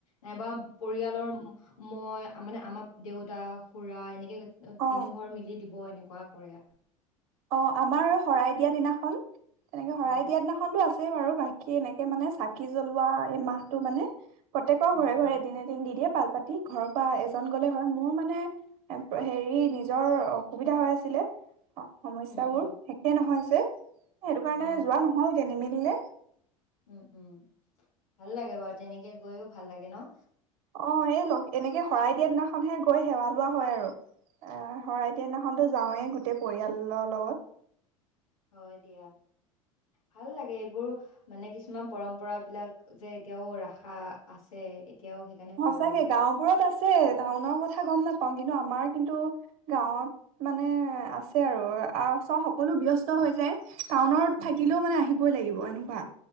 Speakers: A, on the left (about 75°); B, on the right (about 55°).
A: নাইবা পৰিয়ালৰ মই মানে আমাৰ দেউতা খোৰা এনেকে
B: অ
A: তিনি ঘৰ মিলি দিব এনেক এনেকুৱা কৰি
B: অঁ আমাৰ শৰাই দিয়া দিনাখন তেনেকে
A: উম
B: শৰাই দিয়া দিনাখনটো আছে। ছে বাৰু বাকী এনেকে মানে চাকি জ্বলোৱা এই মাহটো মানে প্ৰত্যেকৰ
A: উম
B: ঘৰে
A: উম
B: ঘৰে দিনে দিন দি দিয়ে পাল পাতি ঘৰৰ পৰা এজন গলে হয় মোৰ মানে হেৰি নিজৰ অসুবিধা হৈ আছিলে। সমস্যা
A: উম উম
B: বোৰ একে নহয়। কি? সেইটো কাৰণে
A: অ
B: যোৱা নহল যে নিমিলিলে
A: উম উম ভাল লাগে বাৰু তেনেকে গৈও ভাল লাগে ন
B: অ এই ল এনেকে শৰাই দিয়া দিনাখনহে গৈ সেৱা লোৱা হয় আৰু অ শৰাই দিয়ানাখন যাওঁৱেই গোটেই পৰিয়ালৰ লগত
A: হয় দিয়া ভাল লাগে এইবোৰ মানে কিছুমান পৰম্পৰা বিলাক যে এতিয়াও ৰাখা আছে এতিয়াও সেইকাৰণে
B: সচাকে
A: ভাল লাগে
B: গাওবোৰত আছে সেই টাউনৰ কথা গম নাপাওঁ কিন্তু আমাৰ কিন্তু গাঁৱত মানে আছে আৰু চ সকলো ব্যস্ত হৈ যায় টাউনত
A: উম
B: থাকিলেও মানে আহিবই লাগিব অ এনেকুৱা